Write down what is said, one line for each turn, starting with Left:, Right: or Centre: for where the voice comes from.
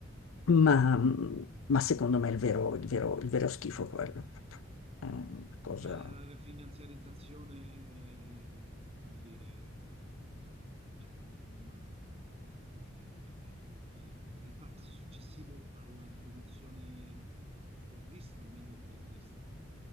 Left: Ma,
Right: mm,
Left: ma secondo me è il vero, il vero, il vero schifo quello. proprio. È una cosa...
Right: eh, la finanziarizzazione, eh, come dire, mm, cioè, non ha- eh, eh, è il passo successivo alla produzione fordista o meglio taylorista.